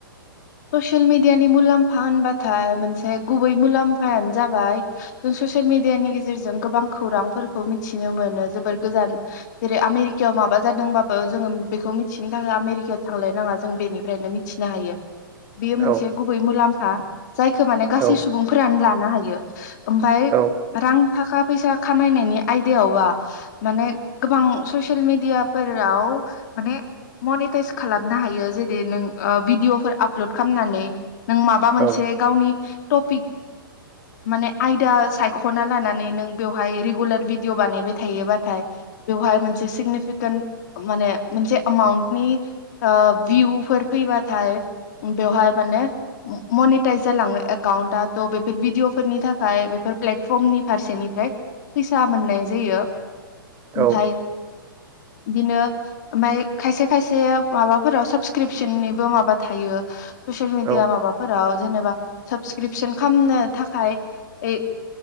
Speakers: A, on the left; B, on the right.
A: ससियेल मिडियानि मुलाम्फा होनबाथाय मोनसे गुबै मुलाम्फायानो जाबाय जों ससियेल मिडियानि गेजेरजों गोबां खौरांफोरखौ मिथिनो मोनो जोबोर गोजान जेरै- आमेरिकायाव माबा जादों बा ओ जोङो बेखौ मिथि आमेरिकायाव थांलायनाङा जों बेनिफ्रायनो मिथिनो हायो। बेयो
B: औ
A: मोनसे गुबै मुलाम फा जायखौ माने गासै
B: औ
A: सुबुंफोरानो लानो हायो। ओमफाय
B: औ
A: रां थाखा फैसा खामायनायनि आयदायावबा माने गोबां ससियेल मेडियाफोराव माने मनिटाइस खालामनो हायो जेरै नों ओ भिडिअफोर आप लड खालामनानै नों माबा मोनसे
B: औ
A: गावनि टपिक माने आयदा सायख'ना लानानै नों बेवहाय रेगुलार भिडिअ' बानायबाय थायोबाथाय बेवहाय मोनसे सिगनिफिकेन्ट माने मोनसे एमाउन्टनि ओ भिउफोर फैबाथाय बेवहाय माने मनिटाइस जालाङो एकाउन्ट आ त' बेफोर भिडिअ फोरनि थाखाय बेफोर प्लेटफर्मनि फारसेनिफ्राय फैसा मोननाय जायो। ओमफ्राय
B: औ
A: बिदिनो ओमफ्राय खायसे खायसे माबाफोराव साबसक्रिपसननिबो माबा थायो ससियेल मिडिया
B: औ
A: माबाफोराव जेनेबा साबसक्रिपसन खामनो थाखाय ए